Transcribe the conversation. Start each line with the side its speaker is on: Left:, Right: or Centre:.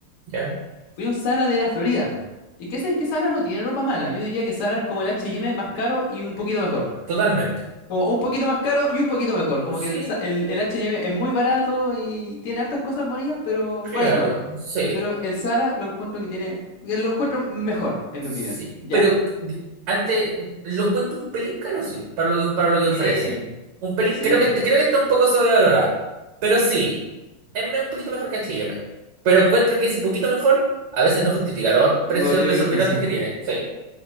Right: ¿Ya?
Left: fui a un Zara de la Florida. ¿Y qué sabes que Zara no tiene ropa mala? Yo diría que Zara es como el H&M más caro y un poquito mejor.
Right: Totalmente.
Left: Como un poquito más caro y un poquito mejor. Como que
Right: Sí,
Left: el, Za- el, el H&M es muy barato y tiene hartas cosas bonitas, pero
Right: claro,
Left: por ahí no va.
Right: sí.
Left: Pero el Zara lo encuentro que tiene, que lo encuentro mejor, en
Right: Sí,
Left: mi opinión. Ya.
Right: pero de- antes lo encuentro un pelín caro, sí, para lo que, para lo que
Left: Sí,
Right: ofrece. Un pelín,
Left: sí,
Right: creo que, este- creo que está un poco sobrevalorada. Pero sí, es me- un poquito mejor que H&M. Pero encuentro que ese poquito mejor a veces no justifica los
Left: lo
Right: precios
Left: justifica
Right: desorbitantes
Left: el precio.
Right: que tiene. Sí,